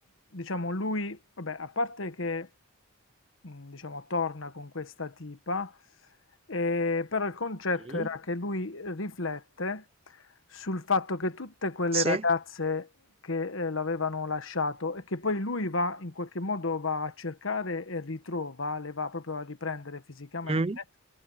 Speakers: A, on the left; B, on the right.
A: diciamo, lui, vabbè, a parte che, mh, diciamo, torna con questa tipa, eh, però il concetto
B: Mh.
A: era che lui riflette sul fatto che tutte quelle
B: Sì.
A: ragazze che eh, l'avevano lasciato e che poi lui va in qualche modo va a cercare e ritrova, le va proprio a riprendere fisicamente.
B: Mh.